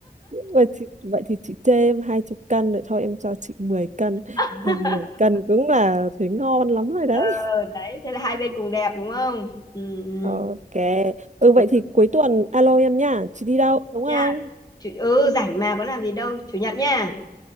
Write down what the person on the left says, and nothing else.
<laughs>
ờ đấy thế là hai bên cùng đẹp đúng không ừ ừ
Dạ
nha chủ, ừ rảnh mà có làm gì đâu chủ nhật nha